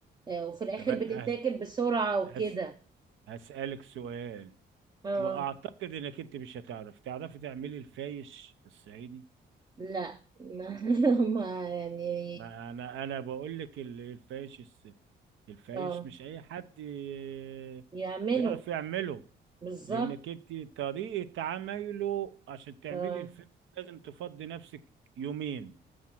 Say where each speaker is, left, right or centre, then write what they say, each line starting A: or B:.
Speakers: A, on the right (about 20°); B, on the right (about 75°).
A: آه، وفي الاخر
B: طب أنا
A: بتتاكل
B: هس...
A: بسرعه وكده
B: هس... هسألك سؤال
A: اه
B: وأعتقد إنك أنت مش هتعرف تعرفي تعملي الفايش الصعيدي
A: لا ما <laughs> ما يعني
B: ما أنا أنا بقول لك ال- الفايش الس... الفايش
A: اه
B: مش أي حد آه،
A: يعملوا
B: يعرف يعمله
A: بالظبط
B: لانك انت طريقه عمايله عشان تعملي
A: اه
B: الفيلم لازم تفضي نفسك يومين